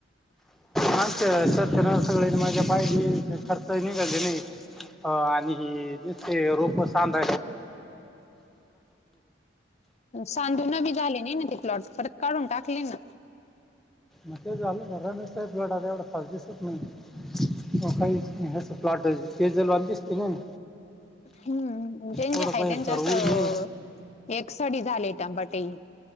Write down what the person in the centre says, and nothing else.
माछ सतरा सविन माझी पाहिजे खर्च निघाले नाही च कि आणि रोप सांध
मग ते झालं म नाहीच प्लट आला एवढा फास्ट दिसत नाही म काही हसं फ्लाॉट तेजल वाणी दिसत न ना
थोडं
पाहिजे
तर
ऊन ये